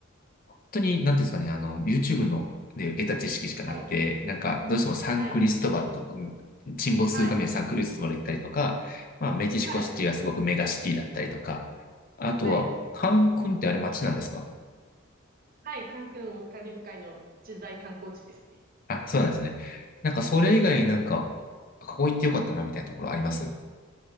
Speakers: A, on the left (about 45°); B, on the right (about 45°).
A: 本当に、なんていうんですかね、あの、YouTube ので得た知識しかなくて、
B: はい。
A: なんか、どうしてもサンクリストバルとか、
B: はい。
A: うん沈没するためにサンクリストバル行ったりとか、
B: はい。
A: まあ、メキシコシティはすごくメガシティだったりとか、
B: はい。
A: あとは、
B: はい。
A: カンクンってあれ街なんですか
B: はい。カンクンもカリブ海の一大観光地ですね。
A: あ、そうなんですね。なんか、それ以外になんか、ここ行ってよかったな、みたいなところあります。